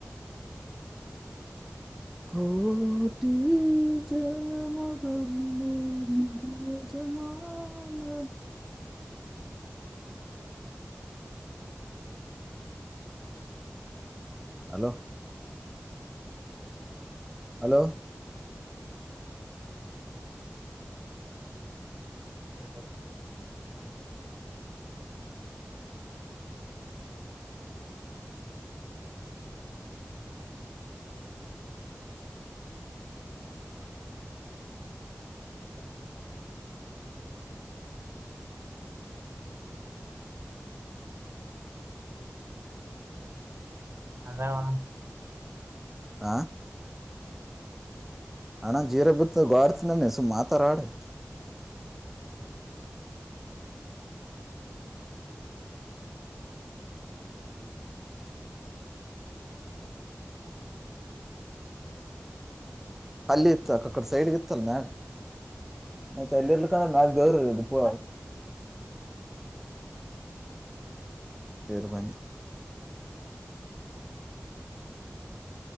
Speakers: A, in the centre; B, on the right.
A: ಗೋಟಿ ಚಲ ಮಗಂದ ನಜಮಣ ಹಲೋ ಹಲೋ
B: ಹ ಹ್ಮ ಹ್ಮ ಹಾ ಅದಾವಣ
A: ಆಾ ಅಣ್ಣ ಜೀರ ಬಿತ್ತ ಗಾಡ್ತಿಂದಣ್ಣ ಸುಮ್ ಮಾತಾರಾಡು ಕಲ್ಲಿ ಇತ್ತ ಅಕ್ಕಡೆ ಸೈಡ್ಗೆ ಇತ್ತಲ್ಲ ನ ನ ತಲ್ಲಿರ್ಲಿಕ್ಕಂದ್ರ ನಾಾಗು ದೇವ್ರ ಇರದು ಪು ತರ್ಬನ್ನ